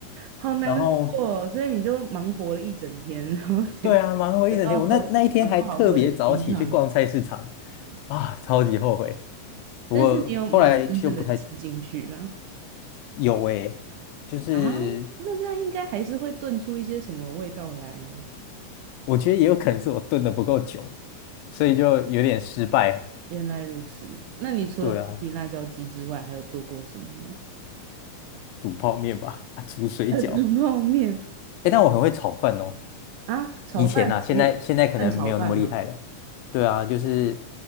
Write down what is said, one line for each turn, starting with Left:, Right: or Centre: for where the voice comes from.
Right: 好难过哦所以你就忙活了一整天，
Left: 然后
Right: 然后结果得到很很不好喝的鸡汤，
Left: 对啊，忙活一整天，我那那一天还特别早起去逛菜市场啊，超级后悔。不过后来就不太
Right: 但是你有买真正的鸡进去了。
Left: 有诶、就是
Right: 啊，那这样应该还是会炖出一些什么味道来呀、
Left: 我觉得也有可能是我炖的不够久，所以就有点失败。
Right: 原来如此。那你除了剥皮辣椒鸡之外，
Left: 对啊，
Right: 还有做过什么吗？
Left: 煮泡面吧，啊，煮水饺。
Right: 呃冷泡面
Left: 哎，但我很会炒饭哦，
Right: 啊，炒饭，
Left: 以前啊，现在现在可能没有那么厉害了。
Right: 你蛋炒饭吗？
Left: 对啊，就是